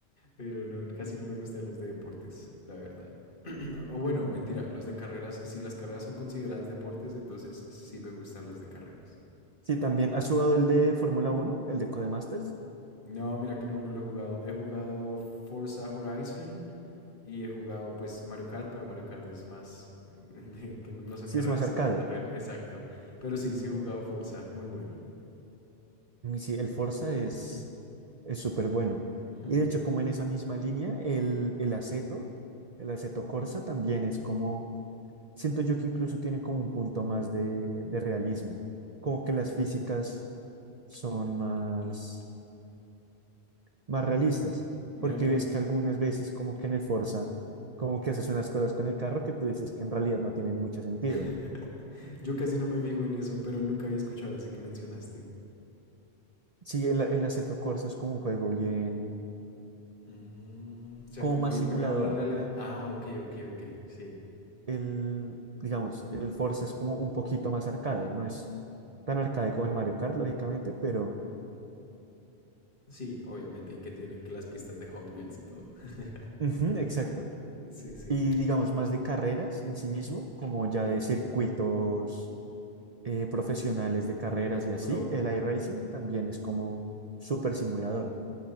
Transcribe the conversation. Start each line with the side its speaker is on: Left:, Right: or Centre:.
Left: Pero no, casi no me gustan los de deportes, la verdad. <clears throat> o bueno, mentira, los de carreras, si las carreras son consideradas deportes, entonces sí me gustan las de carreras.
Right: Sí, también. ¿Has jugado el de Fórmula uno el de Codemasters?
Left: No, mira que no, no lo he jugado. He jugado Forza Horizon y he jugado pues Mario Kart, pero Mario Kart es más <laughs> de que no no son
Right: Sí,
Left: carreras
Right: es más arcade.
Left: como tan real. Exacto. Pero sí, sí he jugado Forza, muy bueno.
Right: Uy, Sí, el Forza es es súper bueno.
Left: Hmm.
Right: Y de hecho, como en esa misma línea, el, el Aceto, el Aceto Corsa también es como, siento yo que incluso tiene como un punto más de, de realismo, como que las físicas son más, más realistas,
Left: Mira
Right: porque
Left: que
Right: ves que algunas veces como que en el Forza, como que haces unas cosas con el carro que tú dices que en realidad no tienen mucho sentido.
Left: <laughs> yo casi no me fijo en eso, pero nunca había escuchado ese que mencionaste.
Right: Sí, el, el Assetto Corsa es como un juego bien,
Left: Mm, o sea,
Right: como
Left: como
Right: más
Left: bien
Right: simulador
Left: pegado a la realidad. Ah, ok, ok, ok. Sí,
Right: el, digamos, el Forza es como un poquito más arcade, no es tan arcade como el Mario Kart, lógicamente, pero
Left: sí, obviamente. Y que tiene que las pistas de Hot Wheels y todo. <laughs>
Right: Ujú, exacto.
Left: Sí, sí,
Right: Y digamos, más de carreras en sí mismo, como ya de circuitos eh, profesionales de carreras
Left: el del Fórmula
Right: y así,
Left: Uno
Right: el iRacing también es como súper simulador.